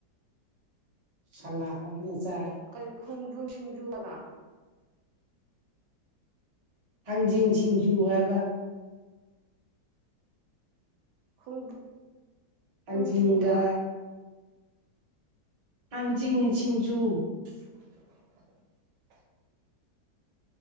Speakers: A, on the right (about 35°); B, on the right (about 75°).
A: ꯁꯂꯥꯛ ꯑꯝꯅꯦ ꯆꯥꯔꯦ
B: ꯀꯔꯤ ꯈꯣꯡꯗ꯭ꯔꯨꯝ ꯁꯤꯡꯖꯨ ꯍꯥꯏꯕ
A: ꯊꯥꯡꯖꯤꯡ ꯁꯤꯡꯖꯨ ꯍꯥꯏꯕ
B: ꯈꯣꯡꯗ꯭ꯔꯨꯝ
A: ꯊꯥꯡꯖꯤꯡꯒ
B: ꯁꯤꯡꯕ
A: ꯊꯥꯡꯖꯤꯡ ꯁꯤꯡꯖꯨ
B: <inaudible>